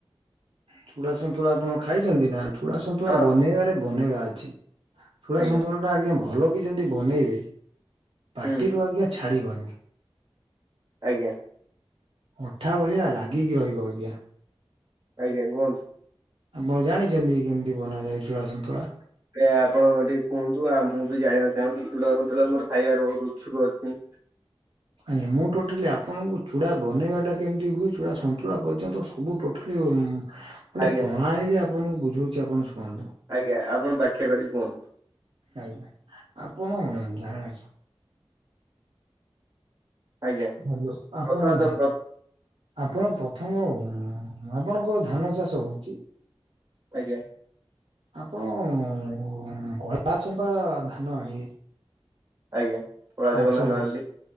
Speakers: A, on the right; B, on the right.
A: ଚୁଡା ଶନ୍ତୁଳା ଆପଣ ଖାଇଛନ୍ତି ନା? ଚୁଡା ସନ୍ତୁଳା
B: ହଁ
A: ବନେଇବାରେ ବନେଇବା ଅ ଛି। ଚୁଡା
B: ଆଜ୍ଞା
A: ସନ୍ତୁଳାଟା ଆଜ୍ଞା ବ ଭଲ କି ଯଦି ବନେଇବେ। ପାଟିରୁୁ
B: ହୁଁ
A: ଆଜ୍ଞା ଛାଡିବନି। <inaudible>
B: ଆଜ୍ଞା।
A: ଅଠା ଭଳିଆ ଲାଗିକି ରହିବ ଆଜ୍ଞା।
B: ଆଜ୍ଞା କୁହନ୍ତୁ।
A: ଆପଣ ଜାଣିଛନ୍ତି କେମିତି ବନା ଯାଉ ଚୂଡ଼ା ସନ୍ତୁଳା।
B: ଏ ଆପଣ ଟିକେ କୁହନ୍ତୁ ଆଉ ମୁଁ ବି ଜାଣିବାକୁ ଚାହୁଁଛିି ଚୂଡ଼ା ସନ୍ତୁଳା ମୋର ଖାଇବାର ବହୁତ ଉତ୍ସୁକ ଅଛି।
A: ଆଜ୍ଞା ମୁଁ ଟୋଟାଲି ଆପଣଙ୍କୁ ଚୁଡ଼ା ବନେଇବାଟା କେମିତି ହୁଏ ଚୂଡ଼ା ସନ୍ତୁଳା ପର୍ଯ୍ୟନ୍ତ ସବୁ ଟୋଟାଲି। ଗୋଟେ
B: ଆଜ୍ଞା
A: ପ୍ରଣାଳୀରେ ଆପଣଙ୍କୁ ବୁଝଉଛି। <unintelligible>
B: ଆଜ୍ଞା ଆପଣ ବ୍ୟାଖ୍ୟା କରିକି କୁହନ୍ତୁ।
A: ଆଜ୍ଞା ଆପଣ ଜାଣିଛ।
B: ଆଜ୍ଞା
A: ହ୍ୟାଲୋ ଆପଣ
B: ପ୍ରଥମେ ତ
A: ଆପଣ ପ୍ରଥମ ହଁ ଆପଣଙ୍କର ଧାନ ଚାଷ ହଉଛି।
B: ଆଜ୍ଞା।
A: ଆପଣ କଳା ଚମ୍ପା ଧାନ ଆଣିବେ।
B: ଆଜ୍ଞା। ପଳାଜ
A: ପାଞ୍ଚ
B: ବନ୍ଧା ନାଲି
A: କଉ